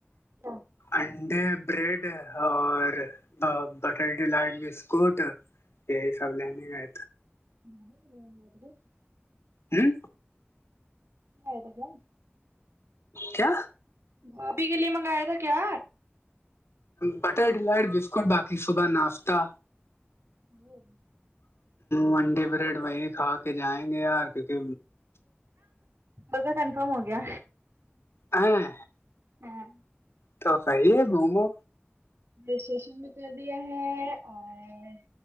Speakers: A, on the right (about 85°); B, on the left (about 85°).
A: ہے
B: انڈے بریڈ اور بٹر ڈیلائٹ بسکٹ یہ ہی سب لینگ ہے
A: جی یہ آے
B: ہوں
A: تو کیا
B: کیا
A: بھابھی کے لیے منگایا تھا کیا
B: بٹر ڈیلائٹ بسکٹ باقی صبح ناشتہ
A: ہاں
B: ونڈے بریڈ وہی کھا کے جائیں گے یار کیونکہ
A: بل کاا کنفرم ہو گیا
B: ہاں
A: ہاں
B: تو صحی ہے گھومو
A: رجسٹریشن میں کر دیا ہے اور